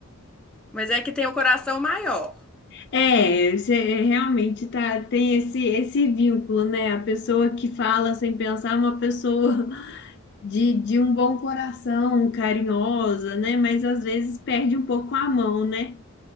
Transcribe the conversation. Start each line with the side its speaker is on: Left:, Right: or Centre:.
Centre: mas é que tem o coração maior.
Left: É, você realmente tá, tem esse, esse vínculo, né? A pessoa que fala sem pensar é uma pessoa <laughs> de, de um bom coração, carinhosa, né? Mas às vezes perde um pouco a mão, né?